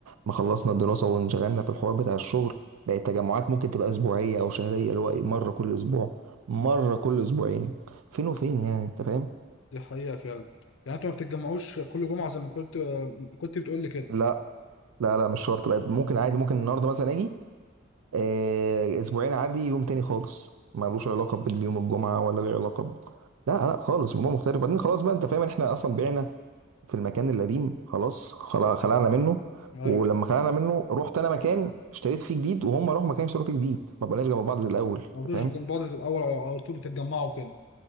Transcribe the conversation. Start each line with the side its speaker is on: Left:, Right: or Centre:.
Right: ما خلصنا الدراسه وانشغلنا في الحوار بتاع الشغل بقت التجمعات ممكن تبقى اسبوعيه او شهريه اللي هو إيه، مره كل اسبوع مره كل اسبوعين فين وفين يعني انت فاهم
Left: دي حقيقة فعلا يعني انتوا ما بتتجمعوش كل جمعة زي ما كنت كنت بتقول لي كده
Right: لا لا لا مش شرط بقى ممكن عادي ممكن النهارده مثلا اجي آه، اسبوعين عادي يوم تاني خالص ملوش علاقه باليوم الجمعه ولا له علاقه ب... لا لا خالص الموضوع مختلف بعدين خلاص بقى انت فاهم احنا اصلا بعنا في المكان القديم خلاص خلا- خلعنا منه
Left: ايوه
Right: ولما
Left: ايوه
Right: خلعنا منه رحت انا مكان اشتريت فيه جديد وهم راحوا مكان اشتروا فيه جديد ما بقناش جنب بعض زي الاول
Left: ما بتجوش
Right: انت فاهم
Left: جنب بعض في الاول على على طول بتتجمعوا كده